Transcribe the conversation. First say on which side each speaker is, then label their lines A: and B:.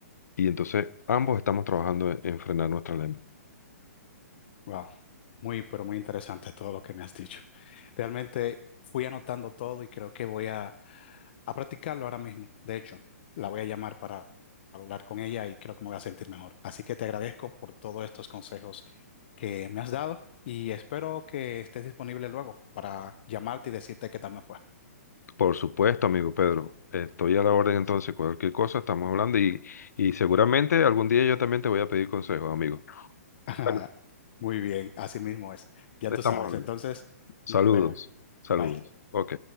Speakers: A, on the left (about 85°); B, on the left (about 40°).
A: y entonces ambos estamos trabajando en, en frenar nuestra lengua.
B: Wow. Muy, pero muy interesante todo lo que me has dicho. Realmente fui anotando todo y creo que voy a, a practicarlo ahora mismo. De hecho, la voy a llamar para hablar con ella y creo que me voy a sentir mejor. Así que te agradezco por todos estos consejos que me has dado y espero que estés disponible luego para llamarte y decirte qué tal me fue.
A: Por supuesto, amigo Pedro, estoy a la orden entonces, cualquier cosa estamos hablando y, y seguramente algún día yo también te voy a pedir consejos, amigo.
B: <laughs>
A: Bueno,
B: Muy bien, así mismo es. Ya
A: estamos
B: tú sabes.
A: hablando.
B: Entonces,
A: Saludos,
B: nos vemos.
A: saludos.
B: Bye.
A: Ok.